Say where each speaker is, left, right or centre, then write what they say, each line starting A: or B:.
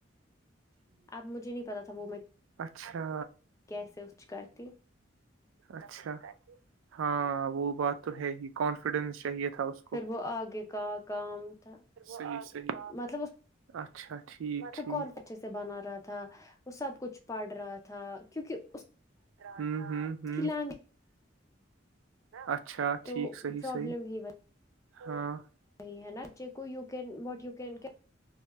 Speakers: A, on the left; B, on the right.
A: اب مجھے نہیں پتا تھا وہ میں
B: اچھا
A: کیسے اس کرتی
B: اچھا ہاں وہ بات تو ہے ہی کانفیڈینس چاہیے تھا اس کو
A: پھر آگے کا کام تھا
B: صحیح صیح
A: مطلب اس
B: اچھا ٹھیک ٹھیک
A: کو کون اچھے سے بنا رہا تھا وہ سب کچھ پڑ رہا تھا کیونکہ اس
B: ہوں ہ
A: کی لینگویج
B: ہ اچھا
A: تو
B: ٹھیک صحی
A: پرابلم
B: صیح
A: ہی
B: ہاں
A: وہی ہے ناچے کو you can what you can کیا